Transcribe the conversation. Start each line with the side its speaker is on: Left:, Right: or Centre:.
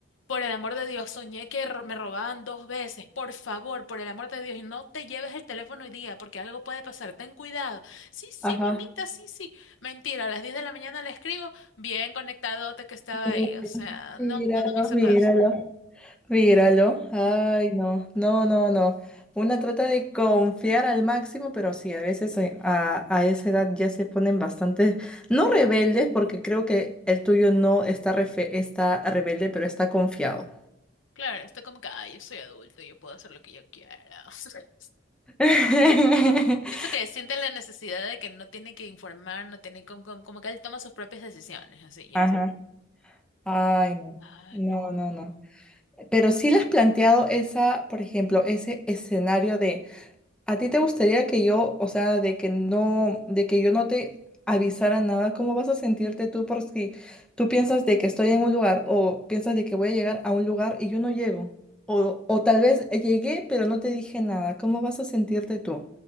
Left: por el amor de Dios, soñé que ro- me robaban dos veces. Por favor, por el amor de Dios, y no te lleves el teléfono hoy día porque algo puede pasar. Ten cuidado. Sí, sí,
Centre: ajá.
Left: mi amita, sí, sí. Mentira, a las 10 de la mañana le escribo, bien conectadote que estaba
Centre: Sí,
Left: ahí. O sea,
Centre: míralo,
Left: no, no, no me hizo
Centre: míralo.
Left: caso.
Centre: Míralo. Ay, no, no, no, no. Una trata de confiar al máximo, pero sí, a veces eh, a, a esa edad ya se ponen bastante, no rebeldes, porque creo que el tuyo no está, refe- está rebelde, pero está confiado.
Left: Claro, está como que, ay, yo soy adulto, yo puedo hacer lo que yo quiera. <laughs>
Centre: <laughs>
Left: Pienso que siente la necesidad de que no tiene que informar, no tiene como, como, como que él toma sus propias decisiones, así ya.
Centre: Ajá. Ay, no,
Left: Ah,
Centre: no,
Left: no.
Centre: no, no. Pero sí le has planteado esa, por ejemplo, ese escenario ¿A ti te gustaría que yo, o sea, de que no, de que yo no te avisara nada? ¿Cómo vas a sentirte tú por si tú piensas de que estoy en un lugar o piensas de que voy a llegar a un lugar y yo no llego? O, o tal vez llegué pero no te dije nada. ¿Cómo vas a sentirte tú?